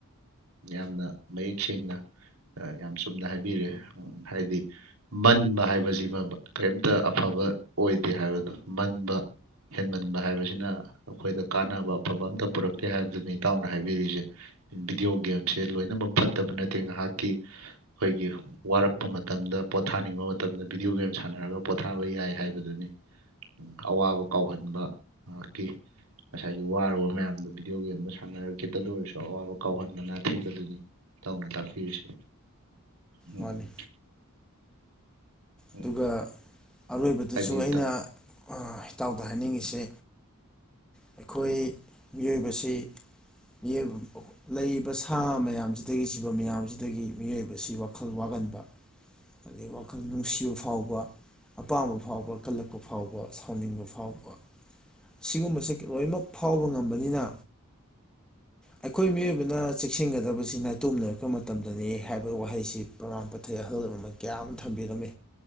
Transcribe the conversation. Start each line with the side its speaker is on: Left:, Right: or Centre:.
Right: ꯌꯥꯝꯅ ꯃꯌꯦꯛ ꯁꯦꯡꯅ ꯌꯥꯝ ꯆꯨꯝꯅ ꯍꯥꯏꯕꯤꯔꯑꯦ ꯍꯥꯏꯗꯤ ꯃꯟꯕ ꯍꯥꯏꯕꯁꯤꯃ ꯀꯔꯤꯝꯇ ꯑꯐꯕ ꯑꯣꯏꯗꯦ ꯍꯥꯏꯕꯗꯣ ꯃꯟꯕ ꯍꯦꯟꯃꯟꯕ ꯍꯥꯏꯕꯁꯤꯅ ꯑꯩꯈꯣꯏꯗ ꯀꯥꯟꯅꯕ ꯑꯐꯕ ꯑꯝꯇ ꯄꯨꯔꯛꯇꯦ ꯍꯥꯏꯕꯗꯨꯅꯤ ꯏꯇꯥꯎꯅ ꯍꯥꯏꯕꯤꯔꯤꯁꯦ ꯕꯤꯗꯤꯑꯣ ꯒꯦꯝꯁꯦ ꯂꯣꯏꯅꯃꯛ ꯐꯠꯇꯕ ꯅꯠꯇꯦ ꯉꯥꯏꯍꯥꯛꯀꯤ ꯑꯩꯈꯣꯏꯒꯤ ꯋꯥꯔꯛꯄ ꯃꯇꯝꯗ ꯄꯣꯊꯥꯅꯤꯡꯕ ꯃꯇꯝꯗ ꯚꯤꯗꯤꯑꯣ ꯒꯦꯝ ꯁꯥꯟꯅꯔꯒ ꯄꯣꯊꯥꯕ ꯌꯥꯏ ꯍꯥꯏꯕꯗꯨꯅꯤ ꯑꯋꯥꯕ ꯀꯥꯎꯍꯟꯕ ꯉꯀꯤ ꯉꯁꯥꯏꯒꯤ ꯋꯥꯔꯨꯕ ꯃꯌꯥꯝꯗꯣ ꯚꯤꯗꯤꯑꯣ ꯒꯦꯝꯗꯣ ꯁꯥꯟꯅꯔ ꯈꯤꯇꯗ ꯑꯣꯏꯔꯁꯨ ꯑꯋꯥꯕ ꯀꯥꯎꯍꯟꯕ ꯅꯥꯊꯩꯕꯗꯨꯅꯤ ꯏꯇꯧꯎꯅ ꯇꯥꯛꯄꯤꯔꯤꯁꯤ ꯎꯝ
Centre: ꯃꯥꯅꯤ
Right: ꯎꯝ
Centre: ꯑꯗꯨꯒ ꯑꯔꯣꯏꯕꯗꯨꯁꯨ
Right: ꯍꯥꯏꯕꯤꯌꯨ
Centre: ꯑꯩꯅ
Right: ꯏꯇꯥꯎ
Centre: ꯏꯇꯥꯎ ꯗ ꯍꯥꯏꯅꯤꯡꯉꯤꯁꯦ ꯑꯩꯈꯣꯏ ꯃꯤꯑꯣꯏꯕꯁꯤ ꯃꯤꯑꯣ ꯂꯩꯔꯤꯕ ꯁꯥ ꯃꯌꯥꯝꯁꯤꯗꯒꯤ ꯖꯤꯕ ꯃꯌꯥꯝꯁꯤꯗꯒꯤ ꯃꯤꯑꯣꯏꯕꯁꯤ ꯋꯥꯈꯜ ꯋꯥꯒꯟꯕ ꯑꯗꯨ ꯋꯥꯈꯜꯗ ꯅꯨꯡꯁꯤꯕ ꯐꯥꯎꯕ ꯑꯄꯥꯝꯕ ꯐꯥꯎꯕ ꯀꯜꯂꯛꯄ ꯐꯥꯎꯕ ꯁꯥꯎꯅꯤꯡꯕ ꯐꯥꯎꯕ ꯁꯤꯒꯨꯝꯕꯁꯦ ꯂꯣꯏꯅꯃꯛ ꯐꯥꯎꯕ ꯉꯝꯕꯅꯤꯅ ꯑꯩꯈꯣꯏ ꯃꯤꯑꯣꯏꯕꯅ ꯆꯦꯛꯁꯤꯟꯒꯗꯕꯁꯤ ꯅꯥꯏꯇꯣꯝꯅꯔꯛꯄ ꯃꯇꯝꯗꯅꯦ ꯍꯥꯏꯕ ꯋꯥꯍꯩꯁꯤ ꯄ꯭ꯔꯃꯥꯟ ꯄꯥꯊꯩ ꯑꯍꯜ ꯂꯃꯟ ꯀꯌꯥ ꯑꯃ ꯊꯝꯕꯤꯔꯝꯃꯤ